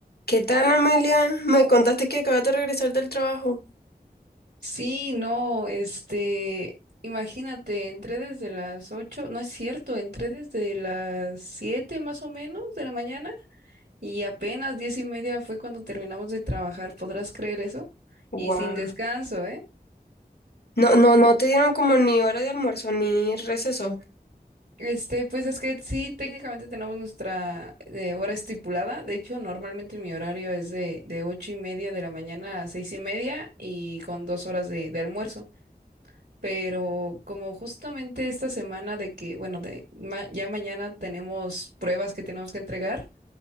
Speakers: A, on the left; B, on the right.
A: ¿Qué tal, Amelia? Me contaste que acabas de regresar del trabajo.
B: Sí, no, este, imagínate, entré desde las 8, no es cierto, entré desde las 7 más o menos de la mañana y apenas diez y media fue cuando terminamos de trabajar, ¿podrás creer eso?
A: Wow.
B: Y sin descanso, ¿eh?
A: No, no, no te dieron como ni hora de almuerzo ni receso.
B: Este, pues es que sí, técnicamente tenemos nuestra eh, hora estipulada, de hecho, normalmente mi horario es de, de 8 y media de la mañana a seis y media y con dos horas de, de almuerzo. pero como justamente esta semana de que, bueno, de ma- ya mañana tenemos pruebas que tenemos que entregar,